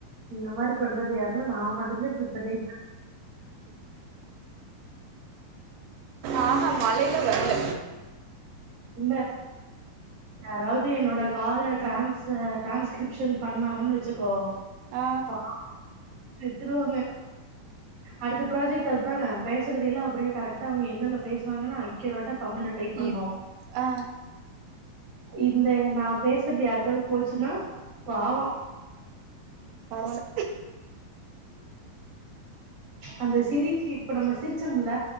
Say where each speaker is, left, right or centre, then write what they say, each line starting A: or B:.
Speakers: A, on the right; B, on the right.
A: இந்த மாறி பண்றது யாருன்னா நா மட்டு தா இப்புடி பண்ணி
B: ஆ ஹா மழையில வரல
A: இல்ல யாராவது என்னோட கால்ல டிரான்ஸ் டிரான்ஸ்கிரிப்ஷன் பண்ணாங்கன்னு வச்சுக்கோ
B: ஆ
A: அவுங்க செத்துருவாங்க அடுத்த ப்ராஜெக்ட் அது தானே பேசறத இல்ல அப்படியே கரக்டா அவுங்க என்னென்ன பேசுவாங்கன்னா அக்யூரட்டா தமிழ் டைப் பண்ணு
B: இப் ஆ
A: இந்த நா பேசுறது யாருக்காவது போச்சுன்னா பாவே
B: பரவால
A: அந்த சிரிக்கு இப்ப நம்ம சிரிச்சோம்ல